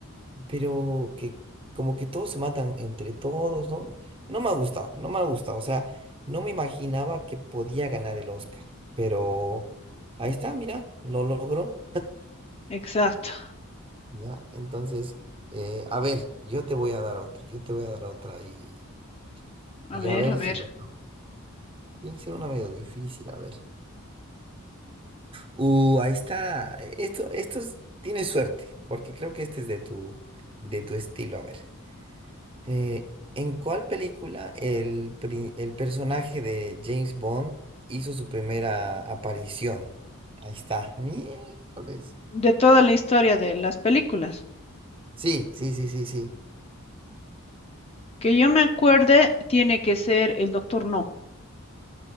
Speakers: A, on the right; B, on the left.
A: pero que como que todos se matan entre todos, ¿no? No me ha gustado, no me ha gustado, o sea, no me imaginaba que podía ganar el Oscar, pero ahí está, mira, lo logró,
B: exacto.
A: ¿ya? Entonces, eh, a ver, yo te voy a dar otra, yo te voy a dar otra y,
B: A
A: y
B: ver,
A: a ver
B: a ver.
A: si la... Tiene que ser una medio difícil, a ver. Uh, ahí está, esto, esto es- tienes suerte, porque creo que este es de tu, de tu estilo, a ver. Eh, ¿en cuál película el, pri- el personaje de James Bond hizo su primera aparición? Ahí está. Miércoles.
B: De toda la historia de las películas,
A: Sí, sí, sí, sí, sí.
B: que yo me acuerde, tiene que ser el Doctor No.